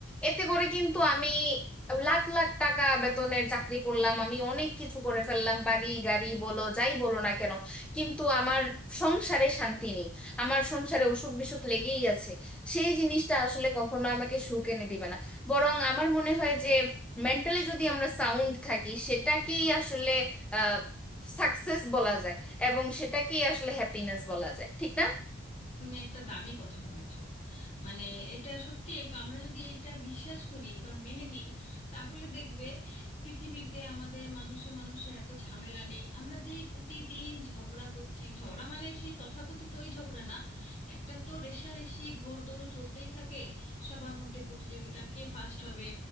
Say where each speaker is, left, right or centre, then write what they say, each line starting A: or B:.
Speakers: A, in the centre; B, on the left.
A: এতে করে কিন্তু আমি লাখ লাখ টাকা বেতনের চাকরি করলাম আমি অনেক কিছু করে ফেললাম বাড়ি গাড়ি বলো যাই বলো না কেন কিন্তু আমার সংসারে শান্তি নেই আমার সংসারে অসুখ বিসুখ লেগেই আছে সেই জিনিসটা আসলে কখনো আমাকে সুখ এনে দিবে না বরং আমার মনে হয় যে মেন্টালি যদি আমরা সাউন্ড থাকি সেটাকেই আসলে আহ সাকসেস বলা যায় এবং সেটাকেই আসলে হ্যাপিনেস বলা যায় ঠিক না
B: তুমি একটা দামি কথা বলেছো মানে এটা সত্যি এক- আমরা যদি এটা বিশ্বাস করি বা মেনে নিই তাহলে দেখবে পৃথিবীতে আমাদের মানুষে মানুষে এত ঝামেলা নেই আমরা যেই প্রতিদিন ঝগড়া করছি ঝগড়া মানে সেই তথাকথিত ওই ঝগড়া না একটা তো রেষারেষি ঘোড়দৌড় চলতেই থাকে সবার মধ্যে প্রতিযোগিতা কে ফার্স্ট হবে